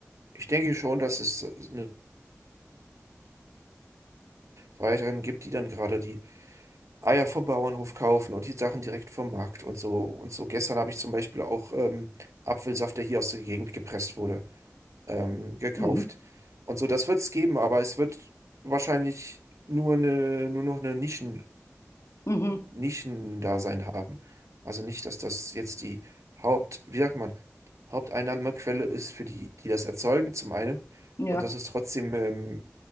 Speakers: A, on the right (about 75°); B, on the left (about 70°).
A: ich denke schon, dass es eine weiteren gibt, die dann gerade die Eier vom Bauernhof kaufen und die Sachen direkt vom Markt und so und so. Gestern habe ich zum Beispiel auch ähm, Apfelsaft, der hier aus der Gegend gepresst wurde. ähm, gekauft.
B: Mhm,
A: Und so, das wird es geben, aber es wird wahrscheinlich nur eine, nur noch eine Nischen,
B: mhm,
A: Nischendasein haben. Also nicht, dass das jetzt die Haupt, wie sagt man, Haupteinnahmequelle ist für die, die das erzeugen, zum einen.
B: ja,
A: Und das ist trotzdem ähm,